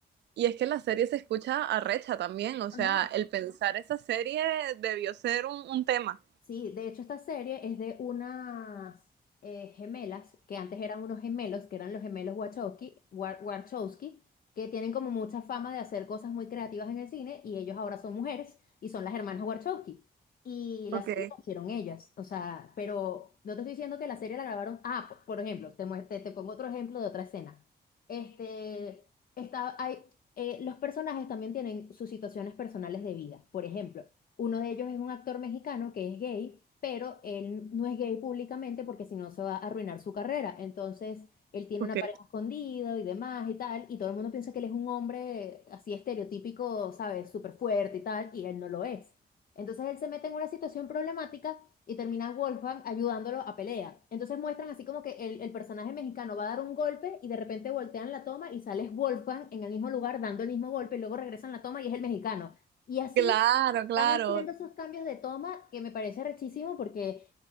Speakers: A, on the right (about 85°); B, on the left (about 55°).
A: Y es que la serie se escucha arrecha también, o sea,
B: No.
A: el pensar esa serie debió ser un, un tema.
B: Sí, de hecho esta serie es de unas eh, gemelas, que antes eran unos gemelos, que eran los gemelos Wachowski, Wa- Warchowski, que tienen como mucha fama de hacer cosas muy creativas en el cine y ellos ahora son mujeres y son las hermanas Warchowski. Y la
A: Ok,
B: serie la hicieron ellas, o sea, pero no te estoy diciendo que la serie la grabaron, ah, p- por ejemplo, te, mue- te, te pongo otro ejemplo de otra escena. Este, está, hay, eh, los personajes también tienen sus situaciones personales de vida, por ejemplo. Uno de ellos es un actor mexicano que es gay, pero él no es gay públicamente porque si no se va a arruinar su carrera. Entonces, él tiene
A: ok.
B: una pareja escondida y demás y tal, y todo el mundo piensa que él es un hombre así estereotípico, ¿sabes? Súper fuerte y tal, y él no lo es. Entonces él se mete en una situación problemática y termina Wolfgang ayudándolo a pelea. Entonces muestran así como que el, el personaje mexicano va a dar un golpe y de repente voltean la toma y sale Wolfgang en el mismo lugar dando el mismo golpe y luego regresan la toma y es el mexicano. Y así
A: Claro, claro,
B: están haciendo esos cambios de toma que me parece rechísimo porque